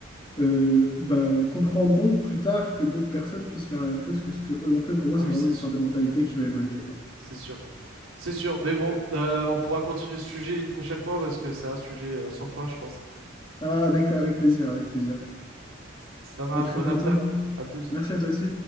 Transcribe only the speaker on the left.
euh, bah, comprendront plus tard que d'autres personnes puissent faire la même chose que ce qu'eux ont fait. Pour moi,
c'est
vraiment
une
histoire de mentalité qui va évoluer.
Ah, avec, avec plaisir, avec plaisir.
À très
bientôt.
Merci à toi aussi.